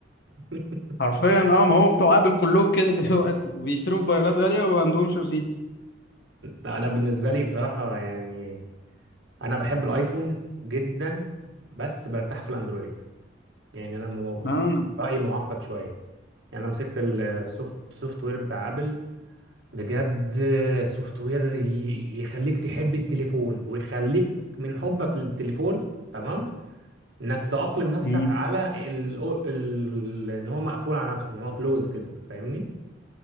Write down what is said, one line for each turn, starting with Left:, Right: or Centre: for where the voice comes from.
Right: <laughs>
Left: حرفيا اه ما هو بتوع ابل كلهم كده <laughs> دلوقتي بيشتروا موبايلات غاليه وما عندهمش رصيد
Right: لا، انا بالنسبه لي بصراحه يعني انا بحب الايفون جدا بس برتاح في الاندرويد يعني انا مو...
Left: اه أنا-
Right: رايي معقد شويه يعني انا مسكت السوفت سوفت وير بتاع ابل بجد سوفت وير ي- يخليك تحب التليفون ويخليك من حبك للتليفون تمام انك تأقلم نفسك
Left: مم.
Right: على ال... ال... ان هو مقفول على نفسه ان هو كلوز كده فاهمني